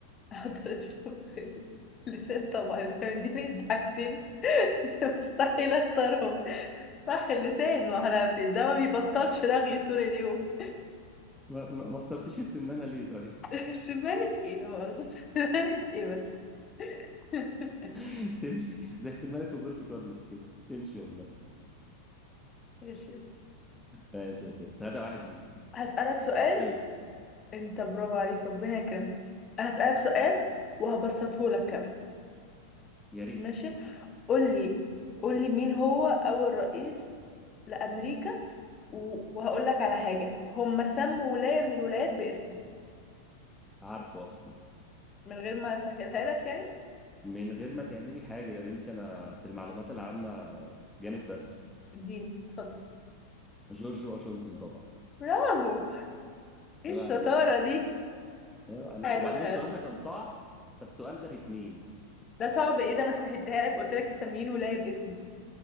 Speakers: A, on the left (about 25°); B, in the centre.
A: حضرت المخ اللس- اللسان طبعا انت مديني الضحكتين <laughs> مستحيل اختارهم صح اللسان وانا في ده ما بيبطلش رغي طول اليوم
B: ما, ما ما اخترتش السمانة ليه طيب؟
A: <laughs> سمانة ايه لا مؤاخذة سمانة ايه بس <laughs>
B: <laughs> تمشي زي سمانة روبرتو كارلوس كده تمشي والله
A: ماشي
B: ماشي يا ست تلاتة واحد ليك
A: هسألك سؤال
B: أنا حقاني
A: انت برافو عليك ربنا يكرمك هسألك سؤال
B: مم.
A: وهبسطه لك كمان
B: يا ريت
A: ماشي قول لي قول لي مين هو أول رئيس لأمريكا و... وهقول لك على حاجة هم سموا ولاية من الولايات باسمه
B: عارفه أصلا
A: من غير ما اسهلها لك يعني
B: من غير ما تعملي حاجة يا بنتي أنا في المعلومات العامة جامد بس
A: اديني اتفضل
B: جورج واشنطن طبعا
A: برافو ايه
B: عيب
A: الشطارة
B: عليك
A: دي
B: عيب عليك
A: حلو
B: وبعدين
A: حلو
B: السؤال ده كان صعب فالسؤال ده باتنين
A: ده صعب ايه ده انا سهلتها لك قلت لك مسميين ولاية باسمي